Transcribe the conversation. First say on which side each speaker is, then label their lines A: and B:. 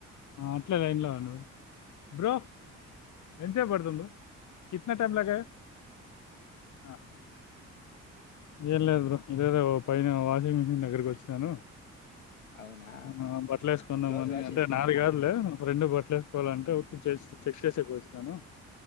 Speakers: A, on the left (about 45°); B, on the left (about 80°).
A: అట్లా లైన్లో ఉండు బ్రో ఎంచెపు పడ్తుంది బ్రో కిత్న టైం లాగయా ఆహ్ ఏం లేదు బ్రో లేద ఓ పైన వాషింగ్ మిషిన్ దగ్గరకి వచ్చాను
B: అవునా?
A: ఆ బట్టలు వేసుకుందామ
B: క్లోజ్
A: అని
B: వాష్
A: అంటే
B: చేస్తున్నావా?
A: నాది కాదులే నా ఫ్రెండ్ బట్టలు వేసుకోవాలంటే చే చెక్ చేసేకి వచ్చినాను